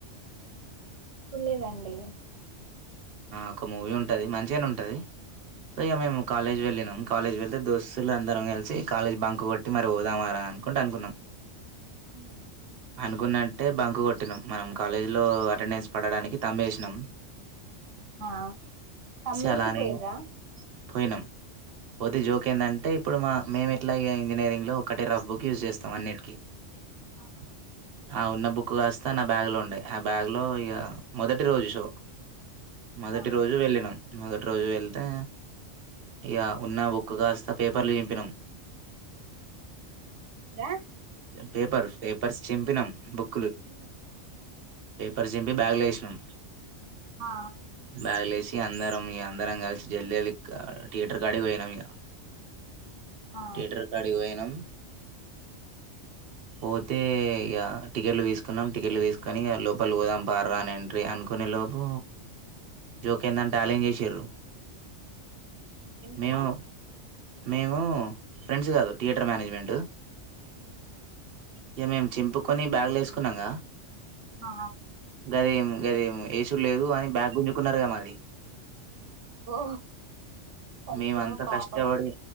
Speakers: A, on the right; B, on the right.
A: చులేదండి
B: ఒక మూవీ ఉంటుంది మంచిగానే ఉంటుంది సో ఇక మేము కాలేజ్ వెళ్ళినము కాలేజ్కి వెళ్తే దోస్తులు అందరం కలిసి కాలేజ్ బంక్ కొట్టి మరి పోదామారా అనుకుంటు అనుకున్నాం
A: ఉమ్
B: అనుకున్నంటే బంకు కొట్టినాం మనం కాలేజ్లో అటెండెన్స్ పడడానికి తమ్మేసినాం
A: ఆ తుంబేసి
B: అలానే
A: పోయిరా
B: పోయినాం పోతే జోక్ ఏంటంటే ఇప్పుడు మా మేము ఎట్లా ఇ ఇంజనీరింగ్ లో ఒకటి రఫ్ బుక్ యూస్ చేస్తాం అన్నిటికీ
A: ఆ
B: ఆ ఉన్న బుక్ కాస్తా నా బ్యాగ్ లో ఉండే ఆ బ్యాగ్ లో ఇక మొదటి రోజు షో మొదటి
A: ఆ
B: రోజు వెళ్ళినం మొదటి రోజు వెళ్తే ఇగ ఉన్న బుక్ కాస్తా పేపర్లు చంపినాం
A: దా
B: పేపర్స్ పేపర్స్ చంపినాం బుక్
A: హ
B: పేపర్ చింపి బ్యాగుల వేసినాం
A: ఆ
B: బ్యాగలే వసి అందరం ఇ అందరం కలిసి జల్ జల్లి థియేటర్ కడి పోయినాం ఇక
A: ఆ
B: టిటర్ కాడికి పోయినం పోతే ఇగ టికెట్లు వేసుకున్నాం టికెట్లు వేసుకొని ఇక లోపల పోదాం పార్రా అని ఎంట్రీ అనుకునే లోపు జోక్ ఏందంటే అల్లం చేసిరరు
A: మీ ఫ్రెండ్సా
B: మేము మేము ఫ్రెండ్స్ కాదు థియేటర్ మేనేజ్మెంట్
A: ఉ
B: ఇక మేము చింపుకొని బ్యాగు్ల వేసుకున్నాంగా
A: ఆ
B: అదేమి గదేమి ఏసు లేదు అని బ్యాగ్ గుంజుకున్నారు కద మది
A: ఇబో అయ్య్యో
B: మేమంతా
A: పాపం
B: కష్టపడి